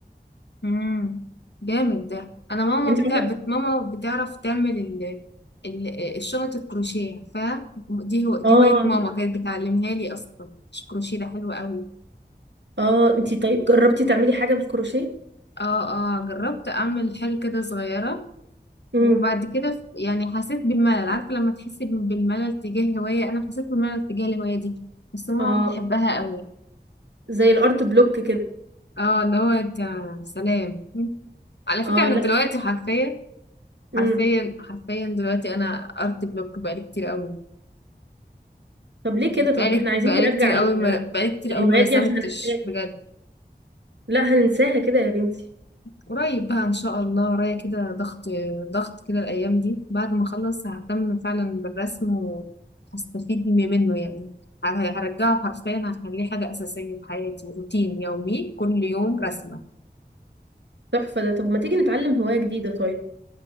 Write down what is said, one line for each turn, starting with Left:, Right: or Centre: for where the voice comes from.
Left: امم جامد ده انا ماما
Right: انت
Left: بتاع
Right: عملت
Left: بت... ماما بتعرف تعمل ال... ال... الشنط الكروشيه عارفاها دي
Right: <laughs>
Left: هو... دي
Right: اه
Left: هوايه ماما كانت بتعلمها لي اصلا مش الكروشيه ده حلو قوي
Right: اه انت طيب جربتي تعملي حاجة بالكروشيه
Left: اه اه جربت اعمل حاجه كده صغيره
Right: امم
Left: وبعد كده ف- يعني حسيت بالملل عارفه لما تحسي ب- بالملل تجاه هوايه انا حسيت بالملل تجاه الهوايه دي بس ماما
Right: اه
Left: بتحبها قوي
Right: زي الارت بلوك كده
Left: اه اللي هو انت سلام على فكره
Right: اه
Left: انا
Right: لا
Left: دلوقتي حرفيا
Right: امم
Left: حرفيا حرفيا دلوقتي انا ارت بلوك بقالي كتير قوي
Right: طب ليه
Left: بقالي
Right: كده طب احنا عايزين
Left: بقالي
Right: نرجع
Left: كتير قوي ما بقالي كتير
Right: الهوايات
Left: قوي ما رسمتش
Right: دي عشان هننساها
Left: بجد
Right: لا هننساها كده يا بنتي
Left: قريب بقى ان شاء الله ورايا كده ضغط ضغط كده الايام دي بعد ما اخلص ههتم فعلا بالرسم وهستفيد م- منه يعني ه- هرجعه حرفيا هخليه حاجة أساسية في حياتي روتين يومي كل يوم رسمة
Right: تحفة ده طب ما تيجي نتعلم هواية جديدة طيب